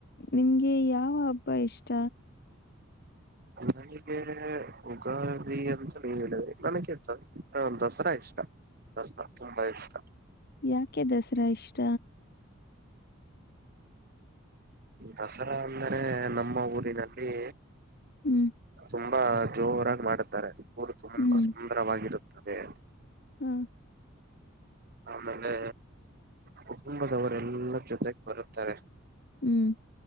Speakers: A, on the left; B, on the right.
A: ನಿಮ್ಗೆ ಯಾವ ಹಬ್ಬ ಇಷ್ಟ
B: ನನಗೆ ಉಗಾದಿ ಅಂತ ನೀ ಹೇಳಿದ್ರಿ ನನಗೆ ದಸರಾ ಇಷ್ಟ ಬಸ ತುಂಬ ಇಷ್ಟ
A: ಯಾಕೆ ದಸರಾ ಇಷ್ಟ
B: ದಸರಾ ಅಂದರೆ ನಮ್ಮ ಊರಿನಲ್ಲಿ
A: ಹ್ಮ್
B: ತುಂಬಾ ಜೋರಾಗಿ ಮಾಡುತ್ತಾರೆ ಊರು ತುಂಬಾ
A: ಹ್ಮ್
B: ಸುಂದರವಾಗಿರುತ್ತದೆ
A: ಹಾ
B: ಆಮೇಲೆ ಕುಟುಂಬದವರೆಲ್ಲರ ಜೊತೆಗೆ ಬರುತ್ತಾರೆ
A: ಹ್ಮ್